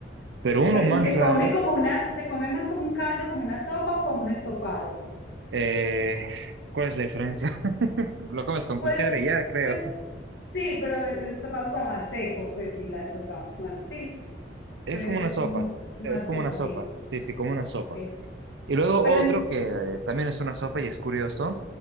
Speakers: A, on the right; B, on the left.
A: pero
B: Ok,
A: uno más
B: y se
A: raro,
B: come como una, se come más como un caldo, como una sopa o como un estofado.
A: eh, ¿cuál es la diferencia? <laughs> Lo comes con
B: Pues,
A: cuchara y ya, creo.
B: pues sí, pero el, el estofado es como más seco, pues sí, la sopa, más, sí,
A: Es
B: puede
A: como
B: ser
A: una sopa,
B: como más
A: es como
B: sopa,
A: una sopa,
B: sí.
A: sí, sí, como una sopa.
B: ok.
A: Y luego
B: Pero,
A: otro
B: en-
A: que eh, también es una sopa y es curioso,